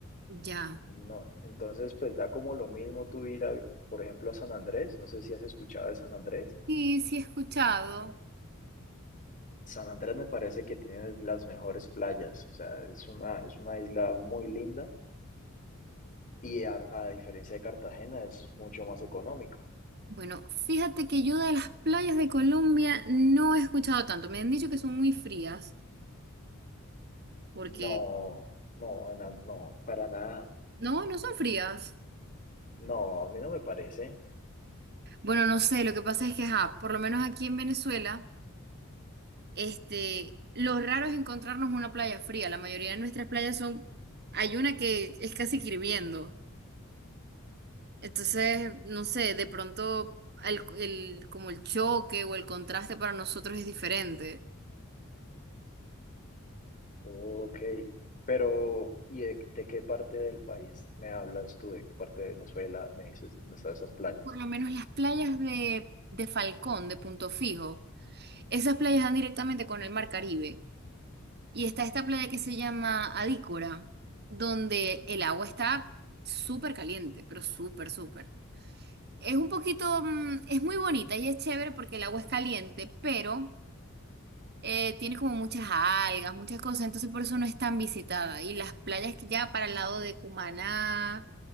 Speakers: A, on the right (about 50°); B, on the left (about 40°).
A: Ya.
B: No, entonces pues da como lo mismo tú ir a, por ejemplo, a San Andrés, no sé si has escuchado de San Andrés.
A: Sí, sí he escuchado.
B: San Andrés me parece que tiene las mejores playas, o sea, es una, es una isla muy linda y a, a diferencia de Cartagena es mucho más económica.
A: Bueno, fíjate que yo de las playas de Colombia no he escuchado tanto. Me han dicho que son muy frías, porque
B: No, no, na- no, para nada.
A: no, no son frías.
B: No, a mí no me parece.
A: Bueno, no sé, lo que pasa es que, ajá, por lo menos aquí en Venezuela, este, lo raro es encontrarnos una playa fría. La mayoría de nuestras playas son, hay una que es casi que hirviendo. Entonces, no sé, de pronto el, el- como el choque o el contraste para nosotros es diferente.
B: Ok, pero ¿y de, de qué parte del país me hablas tú? ¿De qué parte de Venezuela me dices, dónde están esas playas?
A: Por lo menos las playas de, de Falcón, de Punto Fijo, esas playas dan directamente con el mar Caribe. Y está esta playa que se llama Adícora, donde el agua está súper caliente, pero súper, súper. Es un poquito, mm, es muy bonita y es chévere porque el agua es caliente, pero eh, tiene como muchas algas, muchas cosas, entonces por eso no es tan visitada. Y las playas que ya para el lado de Cumaná,